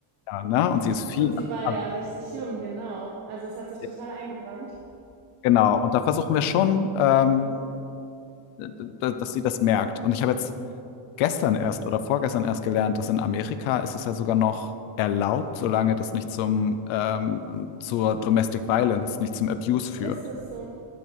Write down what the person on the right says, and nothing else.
krass.
Und sie war
ja richtig jung, genau. Also es hat sich total
eingebrannt.
Wahnsinn.
Ist es so?